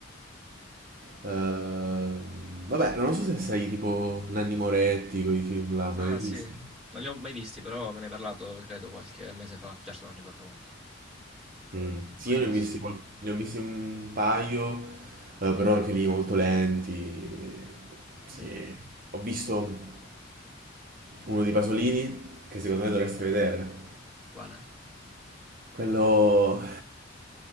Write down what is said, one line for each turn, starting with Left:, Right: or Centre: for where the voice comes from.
Right: Ehm, vabbè, non so se sei tipo Nanni Moretti con i film là, non
Centre: Ah,
Right: li hai
Centre: sì,
Right: visti?
Centre: non li ho mai visti, però me ne hai parlato, credo, qualche mese fa. Certo, non ricordo molto.
Right: Mm. Sì,
Centre: Cosa
Right: io
Centre: hai
Right: ne ho
Centre: visto?
Right: visti, qual- ne ho visti un paio, eh, però anche lì molto lenti.
Centre: Mm,
Right: Sì. Ho visto uno di Pasolini, che secondo me dovresti vedere.
Centre: Quale?
Right: Quello...